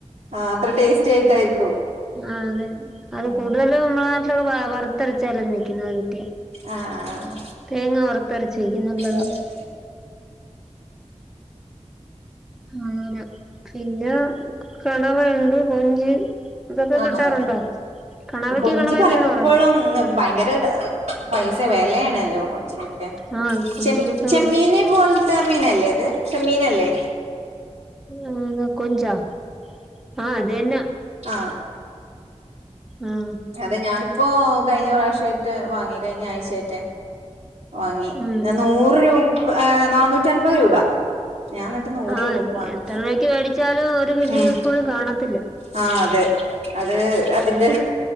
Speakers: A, on the right (about 70°); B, in the centre.
A: ആഹ് അത്ര ടേസ്റ്റി ആയിട്ടായിരിക്കും.
B: ആഹ് അതെ അത്
A: ഉം
B: കൂടുതലും നമ്മളെ നാട്ടിലൊക്കെ വറുത്തരച്ച കറി വെയ്ക്കുന്നത്.
A: ആഹ്
B: തേങ്ങ വറുത്തരച്ച് വെയ്ക്കും നല്ലതാ.
A: ആഹ്
B: അങ്ങനെ പിന്നെ കണവണ്ട്, കൊഞ്ച്. ഇതൊക്കെ
A: ആഹ്
B: കിട്ടാറുണ്ടോ കണവയ്ക്ക്
A: കൊഞ്ച്
B: കണവയെന്ന്
A: പലപ്പോഴും
B: തന്നെ പറയാം
A: ഭയങ്കര പൈസ വിലയാണല്ലോ. കൊഞ്ചിനോക്കെ
B: ആ കൊഞ്ചിനൊക്കെ
A: ചെ ചെമ്മീൻ പോലത്തെ മീനല്ലേ അത് ചെമ്മീനല്ലേ?
B: ആഹ് അതാ കൊഞ്ചാ ആഹ അത് തന്നെ
A: ആഹ
B: ആഹ്
A: അതെ ഞാനിപ്പോ കഴിഞ്ഞ പ്രാവശ്യമായിട്ട് വാങ്ങി കഴിഞ്ഞ ആഴ്ചായിട്ടെ വാങ്ങി
B: ഉം ഉം
A: നൂറ് രൂ പ നന്നൂറ്റൻപത് രൂപ. ഞാൻ എന്നിട്ട് നൂറ്
B: ആഹ
A: രൂപക്ക് വാങ്ങി
B: എത്ര രുപക്ക് മേടിച്ചാലും ഒരു കിണ്ണി
A: ഉം
B: പോലും കാണത്തില്ല.
A: ആ അതെ അത് അതിന്റെ